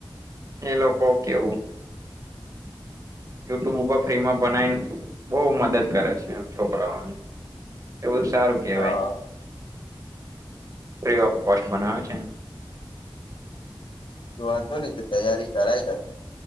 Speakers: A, on the right; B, on the left.
A: એ લોકો કેવું યુટ્યુબ ઉપર ફ્રીમાં બનાવીને બહ મદદ કરે છે એમ છોકરાઓની એ બધું સારું કેહેવાય
B: હા
A: ફ્રી ઓફ કોસ્ટ બનાવે છે
B: વાંધો નઈ તૈયારી કરાય કર